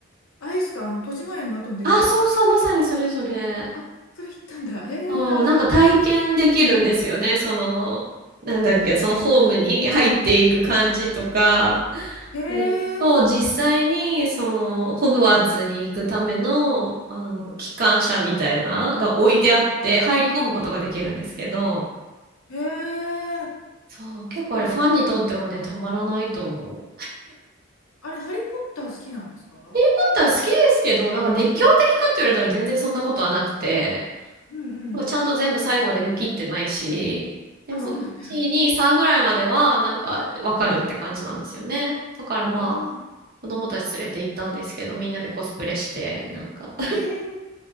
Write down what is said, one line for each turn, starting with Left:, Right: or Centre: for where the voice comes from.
Left: アイスか、あの、としまえんの後にできたやつですか
Right: あ、そうそう、まさにそれそれ。
Left: あ、それ行ったんだ。ええー、
Right: そう、
Left: 足、
Right: なんか体験できるんですよね。その、なんだっけ、
Left: はい。
Right: そのホームに入っていく感じとか、
Left: ええ
Right: で、と、
Left: ー、
Right: 実際に、その、ホグワーツに行くための、あの、機関車みたいな、が置いてあって、入り込むことができるんですけど、
Left: ええー、
Right: そう、結構あれ、
Left: すごいですね。
Right: ファンにとってはね、たまらないと思う。
Left: あれ、ハリー・ポッター好きなんですか
Right: だったら好きですけど、なんか熱狂的かって言われたら全然そんなことはなくて、
Left: うんうん。
Right: なんかちゃんと全部最後まで見切ってないし、でも、
Left: あ、そうなんだ。
Right: 1、2、3ぐらいまでは、なんか、わかるって感じなんですよね。だからまあ、
Left: ああ、
Right: 子供たち連れて行ったんですけど、みんなでコスプレして、なんか、
Left: ええー、